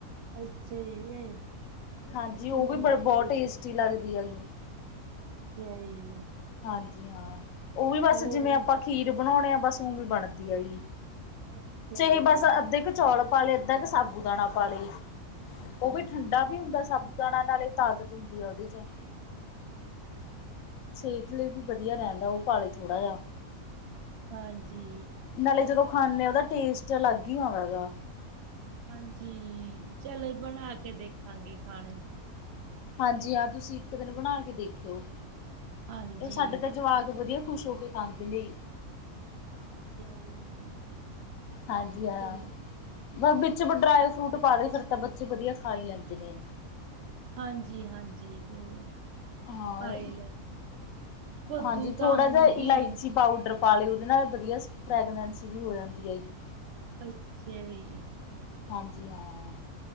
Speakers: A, on the right; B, on the left.
A: ਅੱਛਾ ਜੀ ਨਹੀਂ
B: ਹਾਂਜੀ।
A: ਅਸੀਂ
B: ਉਹ
A: ਨੇ
B: ਵੀ
A: ਨਹੀਂ
B: ਬ
A: ਕਦੇ
B: ਬਹੁਤ ਟੇਸਟੀ
A: ਬਣਾਈ
B: ਲੱਗਦੀ ਹੈਗੀ।
A: ਅੱਛਾ ਜੀ।
B: ਹਾਂਜੀ। ਹਾਂ, ਉਹ ਵੀ ਬਸ
A: ਤੇ ਹੋਰ
B: ਜਿਵੇਂ ਆਪਾਂ ਖੀਰ ਬਣਾਉਣੇ ਆ ਬਸ ਉਵੇਂ ਬਣਦੀ ਆ ਜੀ।
A: ਅੱਛਾ
B: ਚਹੇ
A: ਜੀ
B: ਬਸ ਅੱਧੇ ਕੁ ਚੌਲ ਪਾ ਲਏ, ਅੱਧਾ ਕੁ ਸਾਬੂ ਦਾਣਾ ਪਾ ਲਏ। ਉਹ
A: ਅੱਛਾ
B: ਵੀ ਠੰਡਾ
A: ਜੀ
B: ਵੀ ਹੁੰਦਾ ਸਾਬੂ ਦਾਣਾ ਨਾਲੇ ਤਾਕਤ ਹੁੰਦੀ ਆ ਉਹਦੇ ਚ'।
A: ਹਾਂਜੀ।
B: ਸਿਹਤ ਲਈ ਵੀ ਵਧੀਆ ਰਹਿੰਦਾ, ਉਹ ਪਾਲੇ ਥੋੜਾ ਜਿਹਾ।
A: ਹਾਂਜੀ।
B: ਨਾਲੇ ਜਦੋਂ ਖਾਂਨੇ ਹਾਂ, ਉਹਦਾ ਟੇਸਟ ਅਲੱਗ ਹੀ ਆਉਂਦਾ ਹੈਗਾ।
A: ਹਾਂਜੀ, ਚੱਲ ਬਣਾ ਕੇ ਦੇਖਾਂਗੇ ਖਾਣੇ।
B: ਹਾਂਜੀ, ਹਾਂ ਤੁਸੀਂ ਇੱਕ ਦਿਨ ਬਣਾ ਕੇ ਦੇਖਿਓ।
A: ਹਾਂਜੀ
B: ਤੇ ਉਹ ਸਾਡੇ ਤਾਂ ਜਵਾਕ ਵਧੀਆ ਖ਼ੁਸ਼ ਹੋ ਕੇ ਖਾਂਦੇ ਨੇ।
A: ਅੱਛਾ ਜੀ।
B: ਹਾਂਜੀ ਹਾਂ
A: ਚੱਲ ਚੱਲ
B: ਵਿੱਚ ਵਡਰਾਏ ਫਰੂਟ ਪਾ ਦੇ ਫਿਰ ਤਾਂ ਬੱਚੇ ਵਧੀਆ ਖਾ ਲੈਂਦੇ ਨੇ।
A: ਹਾਂਜੀ, ਹਾਂਜੀ ਹੁੰ।
B: ਹਾਂ
A: ਖਾਏ ਲੈਂਦੇ ਨੇ ਕੱਦੂ
B: ਹਾਂਜੀ
A: ਤਾਂ
B: ਥੋੜਾ
A: ਆਊ
B: ਜਿਹਾ
A: ਵੀ
B: ਇਲਾਇਚੀ ਪਾਊਡਰ ਪਾ ਲਏ ਉਹਦੇ ਨਾਲ ਵਧੀਆ ਫਰੈਗਨੈਂਸ ਜਿ ਹੋ ਜਾਂਦੀ ਹੈਗੀ।
A: ਅੱਛਾ ਜੀ।
B: ਹਾਂਜੀ ਹਾਂ।